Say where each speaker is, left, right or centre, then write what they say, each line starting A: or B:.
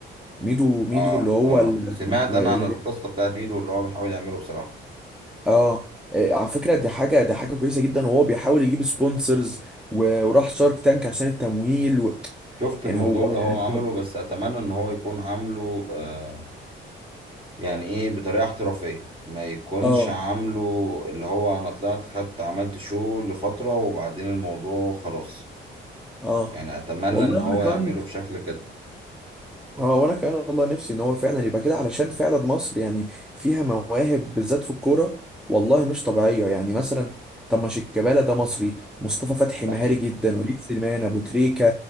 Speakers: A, in the centre; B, on the right.
A: ميدو ميدو
B: اه
A: اللي هو
B: اه
A: ال-
B: سمعت
A: اللي
B: انا عن القصه بتاعت ميدو اللي هو بيحاول يعمله بصراحه
A: اه إيه، على فكرة دي حاجة دي حاجة كويسة جدا وهو بيحاول يجيب سبونسرز وراح شارك تانك عشان التمويل و...
B: شفت الموضوع
A: يعني هو
B: اللي هو
A: يعني
B: عمله
A: هو
B: بس اتمنى ان هو يكون عامله آه، يعني ايه بطريقه احترافيه ما يكونش
A: اه
B: عامله اللي هو انا طلعت خدت عملت شو لفتره وبعدين الموضوع خلاص
A: اه
B: يعني اتمنى
A: والله
B: ان هو
A: وانا كمان
B: يعمله بشكل كده
A: اه وانا كمان والله نفسي ان هو فعلا يبقى كده علشان فعلا مصر يعني فيها مواهب بالذات في الكوره والله مش طبيعيه يعني مثلا طب ما شيكابالا ده مصري مصطفى فتحي
B: ده
A: مهاري
B: حقيقي
A: جدا وليد سليمان ابو تريكه